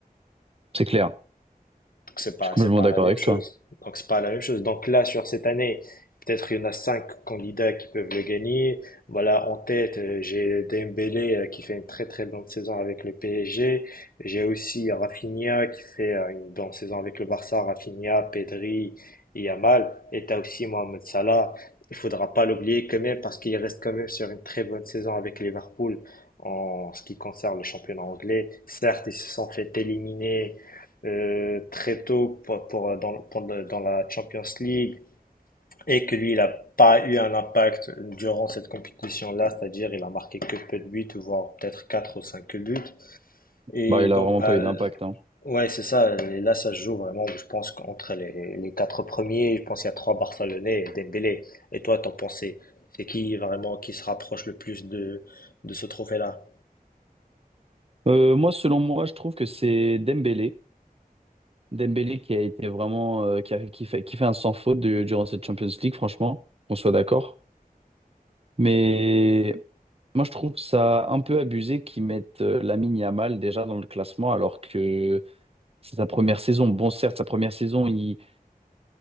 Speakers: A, on the right (about 40°); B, on the left (about 70°).
A: C'est clair.
B: Donc c'est pas,
A: Je suis complètement
B: c'est pas
A: d'accord
B: la même
A: avec
B: chose.
A: toi.
B: Donc c'est pas la même chose. Donc là, sur cette année, peut-être il y en a cinq candidats qui peuvent le gagner. Voilà, en tête, euh, j'ai Dembélé euh, qui fait une très très bonne saison avec le PSG. J'ai aussi Rafinha qui fait euh, une bonne saison avec le Barça. Rafinha, Pedri, et Yamal. Et t'as aussi Mohamed Salah. Il faudra pas l'oublier quand même parce qu'il reste quand même sur une très bonne saison avec Liverpool en ce qui concerne le championnat anglais. Certes, ils se sont fait éliminer euh, très tôt pour, pour- euh, dans, pour- euh, dans la Champions League et que lui, il n'a pas eu un impact durant cette compétition-là, c'est-à-dire il a marqué que peu de buts, voire peut-être 4 ou 5 buts. Et
A: Bah, il
B: donc,
A: a vraiment
B: bah,
A: pas
B: l-
A: eu d'impact, hein.
B: ouais, c'est ça. Et là, ça se joue vraiment, je pense, entre les, les quatre premiers. Je pense qu'il y a trois Barcelonais et Dembélé. Et toi, t'en pensais, c'est qui vraiment qui se rapproche le plus de, de ce trophée-là?
A: Euh, moi, selon moi, je trouve que c'est Dembélé. Dembélé qui a été vraiment, euh, qui a- qui fait, qui fait un sans faute de- durant cette Champions League, franchement, qu'on soit d'accord. Mais moi, je trouve ça un peu abusé qu'ils mettent euh, Lamine Yamal déjà dans le classement, alors que C'est sa première saison. Bon, certes, sa première saison, il...